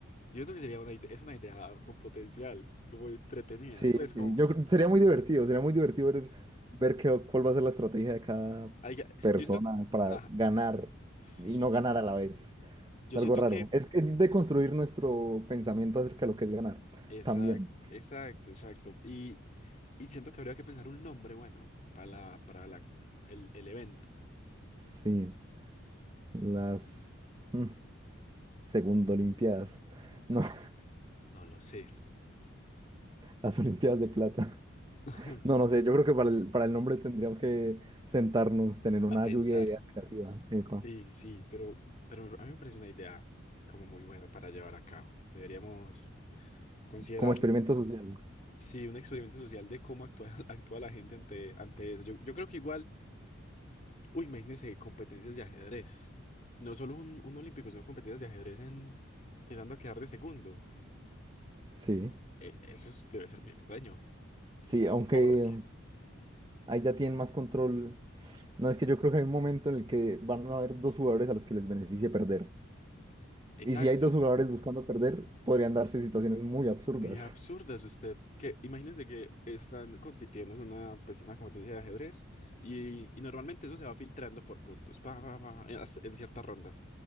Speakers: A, on the left; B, on the right.
A: Yo creo que sería una idea, es una idea con potencial, como entretenida.
B: Sí,
A: Pues
B: sí,
A: como...
B: yo creo- sería muy divertido, sería muy divertido ver, ver qué, cuál va a ser la estrategia de cada
A: Ay, ya,
B: persona
A: yo siento que,
B: para
A: ah,
B: ganar
A: sí,
B: y no ganar a la vez.
A: yo
B: Es algo
A: siento
B: raro.
A: que,
B: Es, es de construir nuestro pensamiento acerca de lo que es ganar
A: exacto,
B: también.
A: exacto, exacto. Y, y siento que habría que pensar un nombre bueno para la, para la, el, el evento.
B: Sí, las mm, segundo olimpiadas. No, <laughs>
A: No lo sé.
B: las olimpiadas de plata.
A: <laughs>
B: No, no sé, yo creo que para el, para el nombre tendríamos que sentarnos, tener una
A: A pensar.
B: lluvia de ideas creativas, epa,
A: Sí, sí, pero, pero a mí me parece una idea como muy buena para llevar a cabo. Deberíamos considerarlo.
B: como experimento social.
A: Sí, un experimento social de cómo actúa, <laughs> actúa la gente ante, ante eso. Yo, yo creo que igual. Uy, imagínense competencias de ajedrez. No solo un, un olímpico, sino competencias de ajedrez en quedando a quedar de segundo.
B: Sí.
A: E- eso es- debe ser muy extraño.
B: Sí, aunque
A: Porque
B: ahí ya tienen más control. No, es que yo creo que hay un momento en el que van a haber dos jugadores a los que les beneficie perder.
A: Exacto.
B: Y si hay dos jugadores buscando perder, podrían darse situaciones muy absurdas.
A: Muy absurda es usted. Que imagínense que están compitiendo en una, pues, una competencia de ajedrez y, y normalmente eso se va filtrando por puntos, pa, pa, pa, pa, en as- en ciertas rondas.